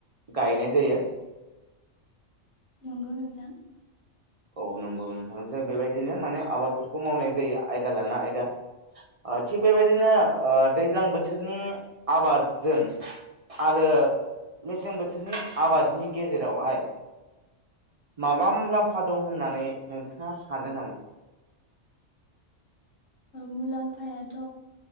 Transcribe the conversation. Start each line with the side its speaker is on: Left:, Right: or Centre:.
Right: गायनाय जायो
Left: नंगौ नोंथां
Right: औ नंगौ नोंथांजों बेबायदिनो माने आबादफोरखौ मावनाय जायो आयदा लाना आयदा थिग बेबायदिनो दैज्लां बोथोरनि आबादजों आरो मेसें बोथोरनि आबादनि गेजेरावहाय माबा मुलाम्फा फा दं होननानै नोंथाङा सानो नामा
Left: मुलामफायाथ'